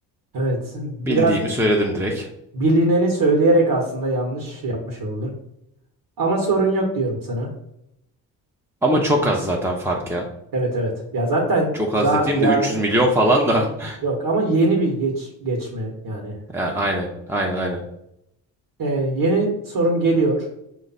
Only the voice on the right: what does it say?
evet biraz
bilineni söyleyerek aslında yanlış yapmış oldun ama sorun yok diyorum sana
İk-
evet evet ya zaten
daha
yani
yok ama yeni bir geç geçme yani
Ee, yeni sorum geliyor